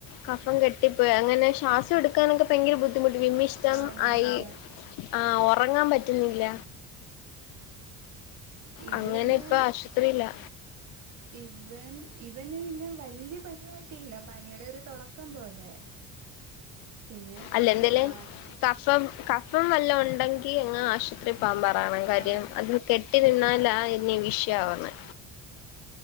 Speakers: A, on the left; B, on the right.
A: കഫം കെട്ടി പ്പോയി അങ്ങനെ ശ്വാസം എടുക്കാനൊക്കെ ഭയങ്ക ബു ദ്ധിമുട്ട് വിമ്മിഷ്ടം
B: ആ ബുദ്ധിമുട്ടാ
A: ആയി ആ ഉറങ്ങാൻ പ റ്റുന്നില്ല
B: ഇത്
A: അങ്ങനെ
B: പിന്നെ
A: ഇപ്പ ആശുപത്രീലാ
B: ഇവൻ ഇവന് പിന്നെ വലിയ പനിയായിട്ടില്ല പനിയുടെ ഒരു തുടക്കം പോലെ പിന്നെ
A: അല്ല എന്തേലെ
B: ആ
A: കഫം കഫം വല്ലോം ഉ ണ്ടെങ്കിൽ അങ്ങ് ആശുപത്രി പോവാൻ പറയണം കാര്യം
B: ആ
A: അത് കെട്ടി നിന്നാലാ പിന്നേം വിഷയാവുന്നെ